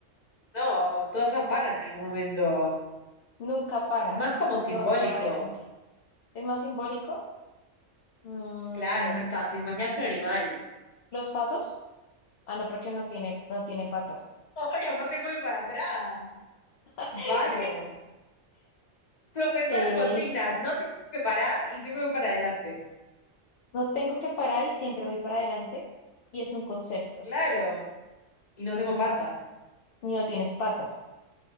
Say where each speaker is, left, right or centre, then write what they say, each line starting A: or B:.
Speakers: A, on the left; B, on the left.
A: No, todas esas paran en algún momento.
B: nunca para,
A: Es más como simbólico.
B: pero va para adelante. Es más simbólico. mm,
A: Claro, no es tanto. Te imaginaste un animal.
B: los pasos. Ah, no, porque no tiene, no tiene patas.
A: <laughs> y aparte voy para atrás.
B: <laughs>
A: Y paro. Pero pensá
B: Eh,
A: las consignas, no tengo que parar y siempre voy para adelante.
B: no tengo que parar y siempre voy para adelante. Y es un concepto.
A: Claro. Y no
B: Mm,
A: tengo patas.
B: y no tienes patas.